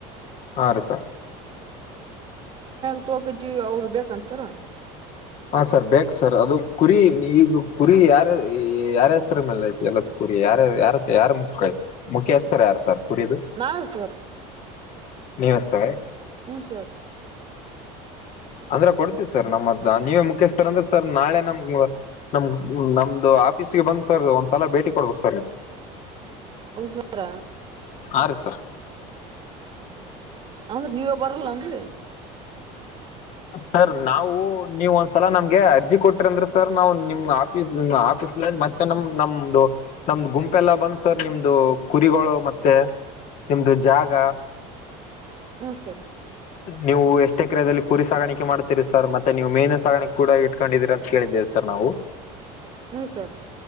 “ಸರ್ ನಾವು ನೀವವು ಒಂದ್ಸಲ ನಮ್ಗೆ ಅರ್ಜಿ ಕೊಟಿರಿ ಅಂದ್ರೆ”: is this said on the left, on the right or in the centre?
Left